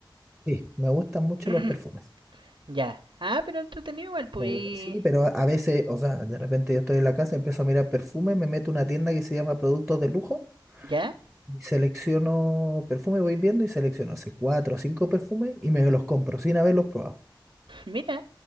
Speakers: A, in the centre; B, on the right (about 80°).
A: Sí, me gustan mucho
B: <clears throat>
A: los perfumes.
B: <laughs> ya. Ah, pero entretenido igual, pues.
A: Me gusta, Sí, pero a a veces, o sea, de repente yo estoy en la casa, empiezo a mirar perfume, me meto a una tienda que se llama Productos de Lujo,
B: Ya,
A: y selecciono perfume, voy viendo y selecciono hace cuatro o cinco perfumes y me los compro sin haberlos probado.
B: <laughs> mira.